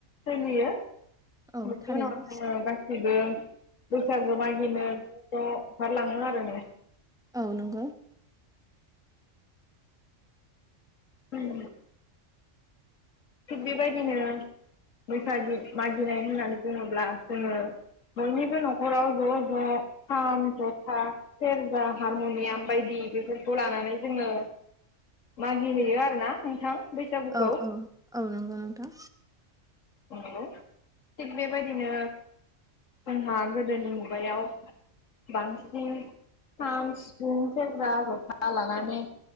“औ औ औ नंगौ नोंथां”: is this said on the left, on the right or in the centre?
Centre